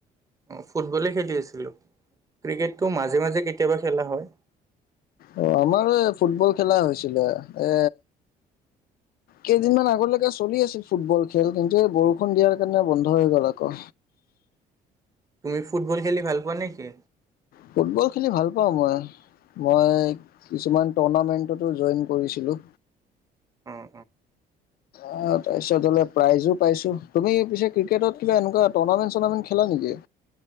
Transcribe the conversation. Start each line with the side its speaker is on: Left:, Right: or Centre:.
Right: অ', ফুটবলেই খেলি আছিলোঁ ক্ৰিকেটটো মাজে মাজে কেতিয়াবা খেলা হয়।
Left: অ', আমাৰো এই ফুটবল খেলা হৈছিলে এ কেইদিনমান আগতলৈকে চলি আছিল ফুটবল খেল কিন্তু এই বৰষুণ দিয়াৰ কাৰণে বন্ধ হৈ গ'ল আকৌ।
Right: তুমি ফুটবল খেলি ভাল পোৱা নেকি?
Left: ফুটবল খেলি ভাল পাওঁ মই। মই কিছুমান টুৰ্ণামেণ্টতো জইন কৰিছিলোঁ।
Right: তে।
Left: অ তাৰিত হলে প্ৰাইজো পাইছো তুমি পিছে ক্ৰিকেটত খা একুৱা টুৰ্ণামেণ্ট চৰ্ণামেণ্ট খেলা নেকি?